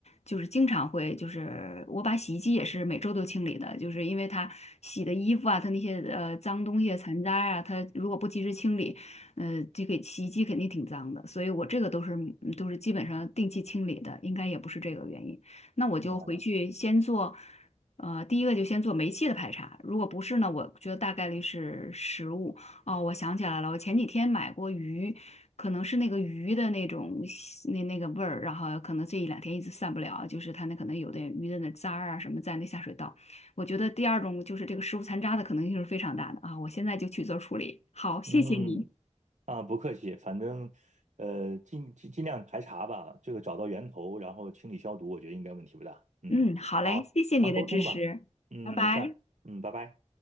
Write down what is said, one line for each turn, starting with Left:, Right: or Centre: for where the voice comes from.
Left: 就是经常会，就是我把洗衣机也是每周都清理的，就是因为它洗的衣服啊，它那些呃脏东西啊、残渣啊，它如果不及时清理，呃，这个洗衣机肯定挺脏的，所以我这个都是嗯都是基本上定期清理的，应该也不是这个原因。那我就回去先做，
Right: 哦，
Left: 呃，第一个就先做煤气的排查，如果不是呢，我觉得大概率是食物。哦，我想起来了，我前几天买过鱼，可能是那个鱼的那种腥那那个味儿，然后可能这一两天一直散不了，就是它那可能有的鱼的那渣儿啊什么在那下水道。我觉得第二种就是这个食物残渣的可能性是非常大的啊，我现在就去做处理。好，谢谢你。
Right: 嗯，啊，不客气，反正呃尽尽尽量排查吧，这个找到源头，然后清理消毒，我觉得应该问题不大。嗯，
Left: 嗯，好嘞，
Right: 好，
Left: 谢谢你的支持，
Right: 常沟通吧。嗯，
Left: 拜拜。
Right: 没事儿。嗯，拜拜。